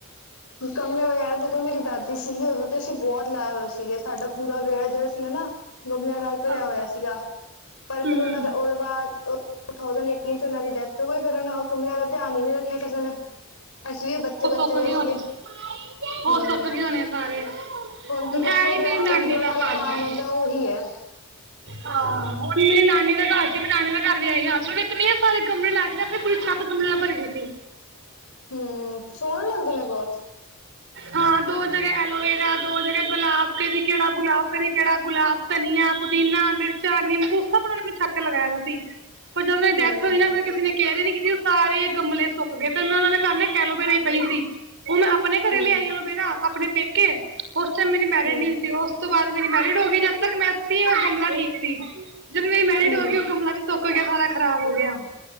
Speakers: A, on the left; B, on the right.
A: ਕਮਲੇ ਵਗੈਰਾ ਜਦੋਂ ਮੇਰੀ ਦਾਦੀ ਸੀਗੀ ਉਦੋਂ ਤੇ ਅਸੀਂ ਬੋਤ ਲਾਏ ਹੋਏ ਸੀਗੇ ਸਾਡਾ ਪੂਰਾ ਵਿਹੜਾ ਜੇੜਾ ਸੀਗਾ ਨਾ। ਗਮਲਿਆਂ ਨਾਲ ਭਰਿਆ
B: ਹਾਂ
A: ਹੋਇਆ ਸੀਗਾ ਪਰ
B: ਹੂੰ,
A: ਫੇਰ ਉਹਨਾਂ ਦਾ ਓ ਬਾਅਦ ਟੂ ਥਾਓਸੈੰਡ ਏਟੀਨ 'ਚ ਉਹਨਾ ਦੀ ਡੈਥ ਹੋ ਗਈ ਫੇਰ ਓ ਗਮਲਿਆ ਦਾ ਧਿਆਨ ਹੀ ਨਈ ਰੱਖਿਆ ਕਿਸੇ ਨੇ ਅਸੀਂ ਵੀ ਬੱਚੇ-ਬੱਚੇ
B: ਉਹ ਸੁੱਕ
A: ਜੇ
B: ਗਏ
A: ਸੀਗੇ।
B: ਹੋਣੇ, ਉਹ
A: ਹੂੰ
B: ਸੁੱਕ ਗਏ ਹੋਣੇ ਸਾਰੇ।
A: ਹੁਣ ਤਾਂ ਬਸ
B: ਐ
A: ਓ
B: ਹੀ
A: ਜੇੜਾ
B: ਮੇਰੀ ਨਾਨੀ
A: ਇੰਡੋਰ
B: ਦਾ
A: ਵਾਲਾ
B: ਹਾਲ
A: ਪਾਮ
B: ਐ।
A: ਹੁੰਦਾ ਉਹੀ ਹੈ।
B: ਹਾਂ ਮੇਰੀ ਨਾਨੀ ਦਾ ਘਰ ਸੀ ਮੈਂ ਨਾਨੀ ਦਾ ਘਰ ਵੀ ਇਹੀ ਹਾਲ ਹੁਣ ਇਤਨੇ ਸਾਰੇ ਗਮਲੇ ਲਾਏ। ਇਹਨਾ ਨੇ ਆਪਣੀ ਪੂਰੀ ਛੱਤ ਗਮਲਿਆਂ ਨਾਲ ਭਰੀ ਹੋਈ ਸੀ।
A: ਹੂੰ ਸੋਹਣੇ ਲੱਗਦੇ ਨੇ ਬੋਤ
B: ਹਾਂ ਦੋ ਜਗ੍ਹਾ ਐਲੋਵੇਰਾ ਦੋ ਜਗਾ ਗੁਲਾਬ ਕਦੀ ਕੇੜਾ ਗੁਲਾਬ ਕਦੀ ਕੇੜਾ ਗੁਲਾਬ ਧਨੀਆ, ਪੁਦੀਨਾ, ਮਿਰਚਾ, ਨਿੰਬੂ ਸਭ ਉਹਨਾ ਨੇ ਅਪਨੀ ਛੱਤ ਤੇ ਲਗਾਇਆ ਹੋਆ ਸੀ। ਪਰ ਜਦੋਂ ਓਹਨਾਂ ਦੀ
A: ਹੂੰ
B: ਡੈਥ ਹੋਈ ਨਾ ਫਿਰ ਕਿਸੇ ਨੇ ਕੇਅਰ ਹੀ ਨਈ ਕੀਤੀ ਓ ਸਾਰੇ ਗਮਲੇ ਸੁੱਕ ਗਏ ਫੇਰ ਮੈਂ ਉਹਨਾਂ ਦੇ ਘਰ ਨਾ ਇਕ ਐਲੋਵੇੇਰਾ ਈ ਪਈ ਸੀ ਓ ਮੈਂ ਆਪਣੇ ਘਰੇ
A: ਹੂੰ
B: ਲੈ ਆਈ ਐਲੋਵੇੇਰਾ ਆਪਣੇ ਪੇਕੇ ਉਸ ਟਾਇਮ ਮੇਰੀ ਮੈਰਿਜ
A: ਹੂੰ
B: ਨਈ ਹੋਈ ਸੀ ਉਸ ਤੋਂ ਬਾਦ ਮੇਰੀ ਮੈਰਿਡ ਹੋ ਗਈ ਜਦ ਤੱਕ ਮੈਂ ਸੀ ਓ ਗਮਲਾ ਠੀਕ ਸੀ। ਜਦੋਂ ਮੇਰੀ ਮੈਰਿਡ
A: ਹੂੰ
B: ਹੋ ਗਈ ਓ ਗਮਲਾ ਵੀ ਸੁੱਕ ਗਿਆ ਸਾਰਾ ਖਰਾਬ ਹੋ ਗਿਆ